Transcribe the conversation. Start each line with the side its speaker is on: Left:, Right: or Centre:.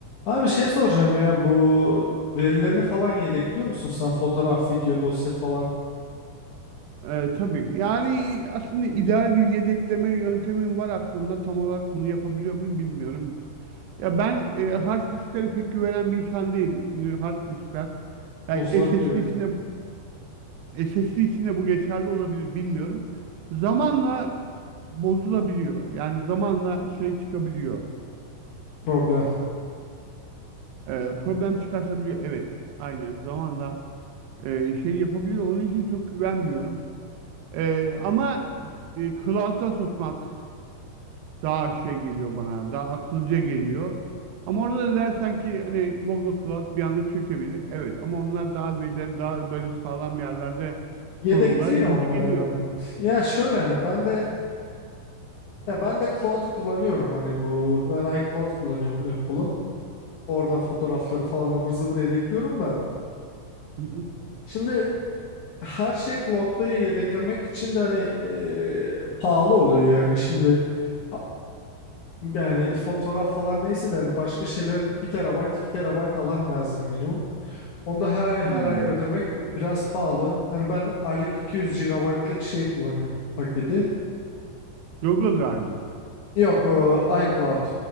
Left: Abi şey soracağım ya bu verilerini falan yedekliyor musun sen fotoğraf, video, dosya falan
Right: E, tabii. Yani aslında ideal bir yedekleme yöntemim var aklımda. Tam olarak bunu yapabiliyor muyum bilmiyorum. Ya ben e, hard disklere pek güvenen bir insan değilim. Çünkü hard diskler belki
Left: bozulabiliyor
Right: SSD içinde SSD içinde bu geçerli olabilir bilmiyorum. Zamanla bozulabiliyor. Yani zamanla şey çıkabiliyor.
Left: problem.
Right: E, problem çıkartabiliyor. Evet. Aynen. Zamanla e, şey yapabiliyor. Onun için çok güvenmiyorum. E, ama e, cloud'da tutmak Daha şey geliyor bana, daha akılcı geliyor. Ama orada da dersen ki hani Google Cloud bir anda çökebilir. Evet ama onlar daha verilerini daha böyle sağlam yerlerde
Left: Yedekliyor
Right: korurlar gibi
Left: onlar
Right: geliyor.
Left: hani evet. Ya şöyle hani ben de ya ben de cloud kullanıyorum hani bu ben iCloud kullanıyorum Apple'ın. Oradan fotoğrafları falan ıvır zıvır yedekliyorum da.
Right: Hı hı.
Left: Şimdi her şey cloud'da yedeklemek için de hani eee, pahalı oluyor yani şimdi a- yani fotoğraf falan neyse de hani başka şeyler bir terabayt 2 terabayt alan lazım minimum. Onu da her ay her
Right: Hmm.
Left: ay ödemek biraz pahalı. Hani ben aylık 200 gigabaytlık şey kullanıyorum paketi.
Right: Google Drive mı?
Left: Yok o iCloud.